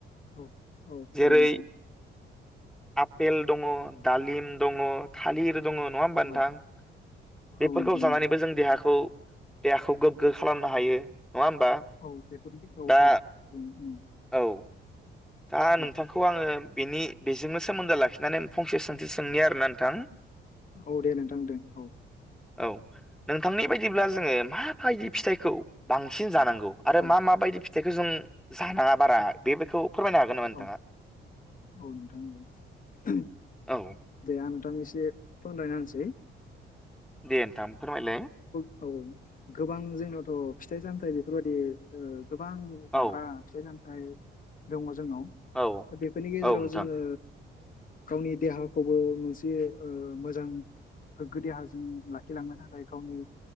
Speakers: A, on the left; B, in the centre.
A: औ औ औ
B: जेरै
A: नोंथां।
B: आपेल दंङ, दालिम दङ, थालिर दङ नङा होमबा
A: औ
B: नोंथां?
A: औ
B: बेफोरखौ
A: नोंथां
B: जानानैबो
A: औ
B: जों देहाखौ देहाखौ गोग्गो खालामनो हायो। होमबा
A: औ बेफोरदि औ
B: दा
A: औ उम उम।
B: औ। दा नोंथांखौ
A: औ
B: आङो बेनि बेजोंनो सोमोन्दो लाखिनानै फंसे सोंथि सोंनि आरोना नोंथां।
A: औ दे नोंथां दे औ।
B: औ, नोंथांनि बायदिब्ला जोंङो माबायदि फिथाइखौ बांसिन जानां गौ आरो
A: औ
B: मा मा बायदि फिथाइखौ जों जानाङा बारा बेफोरखौ फोरमायनो हागोन नामा नोंथांङा?
A: औ औ नोंथां औ,
B: औ
A: दे आं नोंथांनो एसे फोनरायना होनोसै।
B: दे नोंथां फोरमायलाय।
A: औ औ, गोबां जोंनावथ' फिथाइ सामथाइ बेफोरबायदि ओ गोबां
B: औ
A: जाग्रा फिथाय सामथाय दङ जोंनाव
B: औ
A: दा बेफोरनि गेजेराव
B: औ नोंथां
A: जोङो गावनि देहाखौबो मोनसे ओ मोजां गोग्गो देहाजों ला खिलांनो थाखाय गावनि